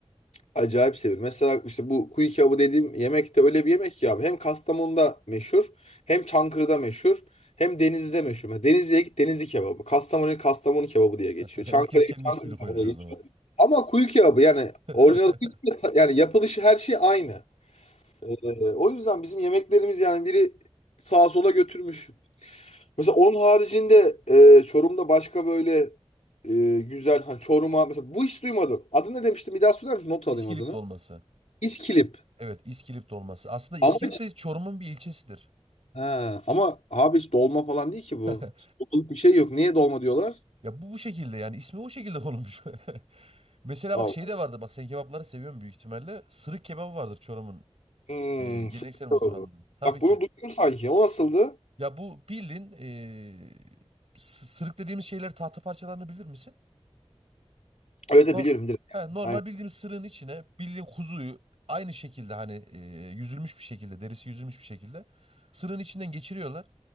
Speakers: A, on the left; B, on the right.
A: Acayip sevilir. Mesela işte bu kuyu kebabı dediğim yemek de öyle bir yemek ki abi. Hem Kastamonu'da meşhur, hem Çankırı'da meşhur, hem Denizli'de meşhur. Mesela Denizli'ye git Denizli kebabı. Kastamonu'ya git Kastamonu kebabı diye geçiyor.
B: <laughs> Herkes
A: Çankırı'ya
B: kendi
A: git
B: ismini
A: Çankırı
B: koymuş
A: kebabı diye
B: o zaman.
A: geçiyor. Ama kuyu kebabı yani
B: <laughs>
A: orijinal kuyu kebabı ta- yani yapılışı her şey aynı. Ee, o yüzden bizim yemeklerimiz yani biri sağa sola götürmüş. Mesela onun haricinde e, Çorum'da başka böyle e, güzel hani Çorum'a mesela bu hiç duymadım. Adını ne demiştim? Bir daha söyler misin? Not alayım
B: İskilip
A: adını.
B: dolması.
A: İskilip.
B: Evet, İskilip dolması. Aslında İskilip
A: Ama
B: de Çorum'un bir ilçesidir.
A: Ha, ama abi hiç dolma falan değil ki bu.
B: <laughs>
A: Dolmalık bir şey yok. Niye dolma diyorlar?
B: Ya bu bu şekilde yani ismi o şekilde konulmuş. <laughs> Mesela
A: Allah.
B: bak şey de vardı bak sen kebapları seviyorsun büyük ihtimalle. Sırık kebabı vardır Çorum'un
A: Hmm,
B: e, geleneksel
A: sıkıntı
B: mutfağında.
A: oldu.
B: Tabii
A: Bak bunu
B: ki.
A: duydum sanki. O nasıldı?
B: Ya bu bildiğin e, s- sırık dediğimiz şeyleri tahta parçalarını bilir misin?
A: Öyle de
B: Nor-
A: bilirim direkt.
B: He, normal
A: Aynen.
B: bildiğimiz sırığın içine bildiğin kuzuyu aynı şekilde hani e, yüzülmüş bir şekilde derisi yüzülmüş bir şekilde sırığın içinden geçiriyorlar.